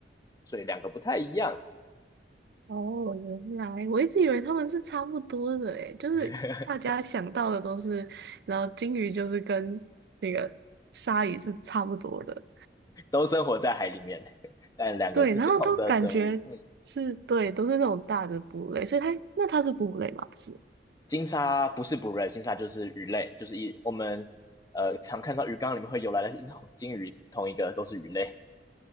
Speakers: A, on the left (about 20°); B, on the right (about 65°).
A: 所以两个不太一样。
B: 哦，原来我一直以为他们是差不多的诶，就是大家想到的都是，
A: <laughs>
B: 然后金鱼就是跟那个鲨鱼是差不多的，
A: 都生活在海里面，<laughs> 但两个是不同的生物。
B: 对，然后都感觉是对，
A: 嗯，
B: 都是那种大的哺乳类，所以它那它是哺乳类吗？不是，
A: 鲸鲨不是哺乳类，鲸鲨就是鱼类，就是一我们呃常看到鱼缸里面会游来的那种鲸鱼，同一个都是鱼类。